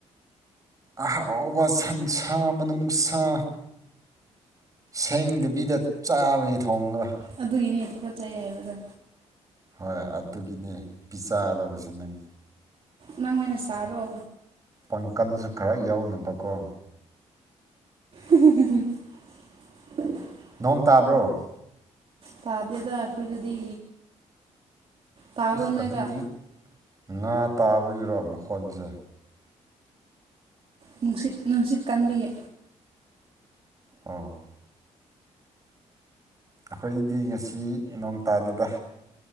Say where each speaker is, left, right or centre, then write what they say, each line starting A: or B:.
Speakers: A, on the right; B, on the right.
A: ꯑꯍꯥꯎꯕ ꯁꯟꯁꯥ ꯃꯅꯨꯡꯁꯥ ꯁꯦꯡꯗꯕꯤꯗ ꯆꯥꯕꯅꯤ ꯊꯣꯡꯂꯒ
B: ꯑꯗꯨꯒꯤꯅꯦ ꯇꯨ ꯀꯠꯆꯩ ꯍꯥꯏꯕꯗꯣ
A: ꯍꯣꯏ ꯑꯗꯨꯒꯤꯅꯦ ꯄꯤꯖꯥꯗꯧꯕꯁꯦ ꯅꯪ
B: ꯅꯪ ꯑꯣꯏꯅ ꯁꯥꯔꯣ
A: ꯄꯥꯡꯀꯟꯁꯨ ꯈꯔ ꯌꯥꯎꯅꯕꯀꯣ
B: <unintelligible>
A: ꯅꯣꯡ ꯇꯥꯕ꯭ꯔꯣ
B: ꯇꯥꯗ‌ꯦꯗ ꯑꯩꯈꯣꯏꯗꯗꯤ ꯇꯥꯕ꯭ꯔꯣ
A: ꯏꯁ
B: ꯅꯣꯏꯗ
A: ꯑꯗꯨꯗꯤ ꯉꯥ ꯇꯥꯕꯒꯤꯔꯣ ꯃꯈꯣꯟꯁꯦ
B: ꯅꯨꯡꯁꯤꯠ ꯅꯨꯡꯁꯤꯠ ꯀꯟꯕꯒꯤ
A: ꯑ‌ꯣ ꯑꯩꯈꯣꯏꯗꯤ ꯉꯁꯤ ꯅꯣꯡ ꯇꯥꯗ‌ꯦꯗ